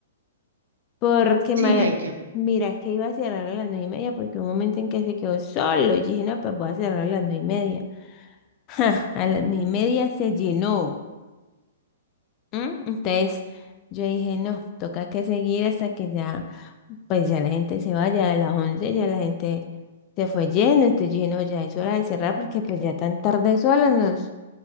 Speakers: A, on the left; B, on the right.
A: porque ma-
B: Sí, hay que,
A: mira que iba a cerrar a las 9 y media, porque hubo un momento en que se quedó solo, y dije, no, pues voy a cerrar a las 9 y media. <laughs> Ja, a las 9 y media se llenó. ¿m? Entonces yo dije, no, toca que seguir hasta que ya, pues ya la gente se vaya, a las 11 ya la gente se fue lleno entonces yo dije, no, ya es hora de cerrar, porque pues ya tan tarde solos nos,